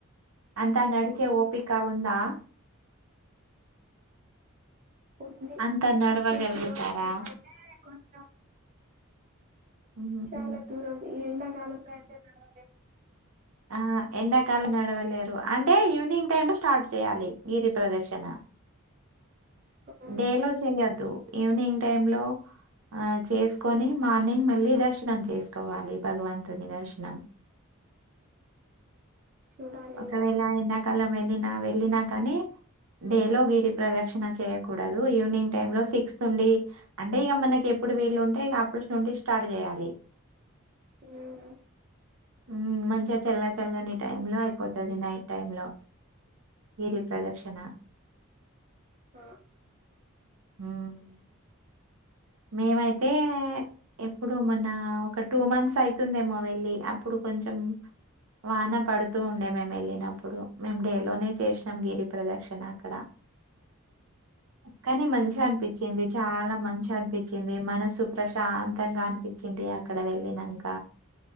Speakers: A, on the right (about 75°); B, on the right (about 40°).
A: అంతా నడిచే
B: అవునా
A: ఓపిక ఉందా?
B: ఉంది
A: అంత నడవగలుగుతారా?
B: ఫిఫ్టీన్ కిలోమీటర్స్ అంటె కొంచం
A: హ్మ్.
B: చాలా దూరం ఈ ఎళ్ళ కాలంలో అయితే నడవలేం.
A: ఆ ఎండ కాలం నడవ లేరు అంటే ఈవినింగ్ టైమ్ స్టార్ట్ చేయాలి, గిరి ప్రదర్శన
B: ఉమ్,
A: డే లో చేయొద్దు, ఈవినింగ్ టైమ్ లో ఆ చేసుకొని మార్నింగ్ మళ్ళీ దర్శనం చేసుకోవాలి, భగవంతుని దర్శనం.
B: చూడాలి
A: ఒకవేళ
B: ఇగ
A: ఎండాకాలం వెళ్ళినా వెళ్ళినా కానీ డేలో గిరి ప్రదక్షణ చేయ్యకూడదు, ఈవినింగ్ టైమ్ లో సిక్స్త్ ఉండి, అంటే ఇక మనకిగ ఎప్ ఎప్పుడు వీలు ఉంటే ఇగ అప్పుడు నుండి స్టార్ట్ చేయ్యాలి.
B: ఉమ్
A: ఉమ్ మంచిగా చల్ల చల్లని టైం లో అయిపోతది, నైట్ టైమ్ లో గిరి ప్రదక్షణ
B: ఆ
A: ఉమ్ మేమైతే ఎప్పుడు మొన్న ఒక టూ మంత్స్ అయితుందేమో వెళ్ళి, అప్పుడు కొంచం వాన పడుతూ ఉండే మేము వెళ్ళినప్పుడు, మేము డేలోనే చేసినం గిరి ప్రదక్షణ అక్కడ. కని మంచిగా అనిపించింది చాలా మంచిగ అని మనసు ప్రశాంతంగా అనిపించింది అక్కడ వెళ్ళినంక.